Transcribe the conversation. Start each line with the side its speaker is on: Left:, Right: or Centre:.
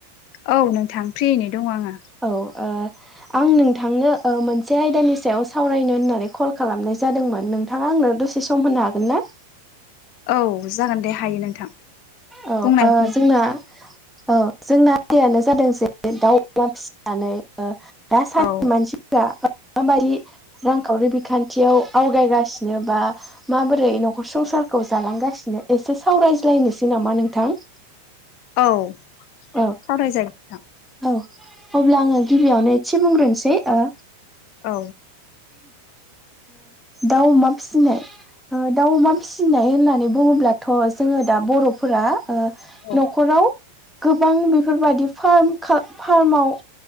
Left: औ नोंथां फ्रियैनो दंङो आंङो।
Centre: औ ओ आं नोंथांनो मोन मोनसे आयदानि सायाव सावरायनो होननानै कल खालामनाय जादोंमोन नोंथाङा आंनो दसे सम होनो हागोन ना।
Left: औ जागोन दे हायो नोंथां।
Centre: औ
Left: बुंनायखौ
Centre: ओ जोंना औ जोंना <unintelligible> नो जादों जे दाउ अमला फिसिनानै दासानदि
Left: औ
Centre: मानसि माबायि रांखावरि बिखान्थियाव आवगायगासिनो बा माबोरै न'खर संसारखौ जालांगासिनो एसे सावरायज्लायनोसै नामा नोंथां।
Left: औ सावरायजागोन
Centre: औ
Left: नोंथां।
Centre: औ अब्ला आंङो गिबियावनो एसे बुंग्रोनोसै ओ
Left: औ
Centre: दाउ अमा फिसिनाय दाउ अमा फिसिनाय होननानै बुङोब्लाथ' जोंङो दा बर'फोरा ओ
Left: औ
Centre: न'खराव गोबां बेफोरबायदि फार्म खा फार्माव